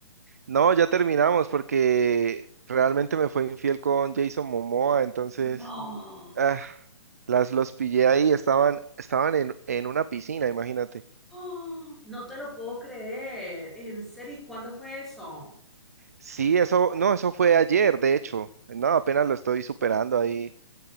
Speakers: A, on the right; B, in the centre.
A: No, ya terminamos porque realmente me fue infiel con Jason Momoa, entonces
B: No,
A: ah,
B: <gasps>
A: las los pillé ahí, estaban, estaban en, en una piscina, imagínate.
B: ¡Oh! no te lo puedo creer, en serio, ¿y cuándo fue eso?
A: Sí, eso, no, eso fue ayer, de hecho. No, apenas lo estoy superando ahí.